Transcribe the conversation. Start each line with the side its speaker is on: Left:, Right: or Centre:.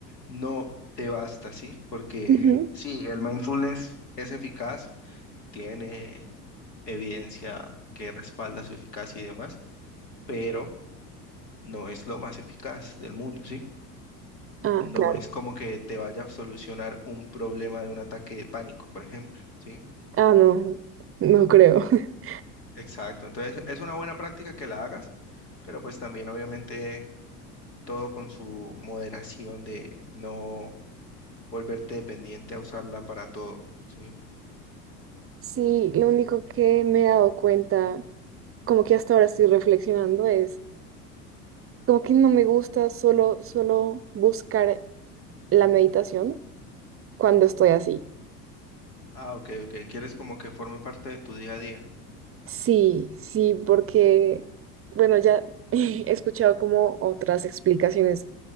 Left: no te basta, ¿sí? Porque
Right: Ujú.
Left: sí, el mindfulness es eficaz, tiene evidencia que respalda su eficacia y demás, pero no es lo más eficaz del mundo, ¿sí?
Right: Ah,
Left: No
Right: claro.
Left: es como que te vaya a solucionar un problema de un ataque de pánico, por ejemplo, ¿sí?
Right: Ah, no, no creo. <laughs>
Left: Exacto, entonces es una buena práctica que la hagas, pero pues también obviamente todo con su moderación de no volverte dependiente a usarla para todo, ¿sí?
Right: Sí, lo único que me he dado cuenta, como que hasta ahora estoy reflexionando, es como que no me gusta solo, solo buscar la meditación cuando estoy así.
Left: Ah, ok, ok, quieres como que forme parte de tu día a día,
Right: Sí, sí, porque, bueno, ya <laughs> he escuchado como otras explicaciones,